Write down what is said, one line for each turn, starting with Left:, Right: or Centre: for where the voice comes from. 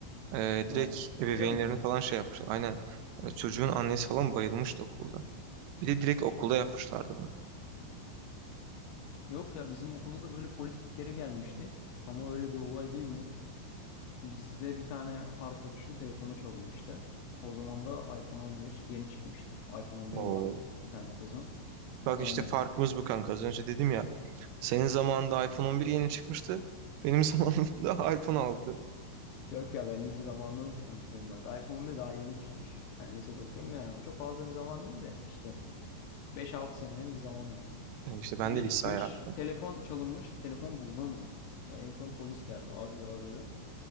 Right: Ee, direkt
Left: Aa
Right: ebeveynlerini
Left: cidden mi?
Right: falan şey yapmışlar. Aynen. Ee, çocuğun annesi falan bayılmıştı okulda. Bir de direkt okulda yapmışlardı bunu.
Left: Yok ya bizim okulda da böyle polis bir kere gelmişti. Ama öyle bir olay değildi. Bizde bir tane arkadaşın telefonu çalınmıştı. O zaman da iPhone 11 yeni çıkmıştı. iPhone 11'i
Right: Oo.
Left: vardı bir tane kızın.
Right: Bak
Left: Aynen.
Right: işte farkımız bu kanka. Az önce dedim ya. Senin zamanında iPhone 11 yeni çıkmıştı. Benim <laughs> zamanımda iPhone 6.
Left: Yok ya ben lise zamanında nasıl konuşuyorum bak. iPhone 11 daha yeni çıkmış. Yani lisede okuyorum ya. Çok fazla bir zaman değil de işte 5-6 senenin bir zamanı.
Right: Ee, İşte ben
Left: Yeni
Right: de lise
Left: çıkmış.
Right: hayatı.
Left: Telefon çalınmış. Telefon bulunamıyor. Ya en son polis geldi. Arıyor arıyor.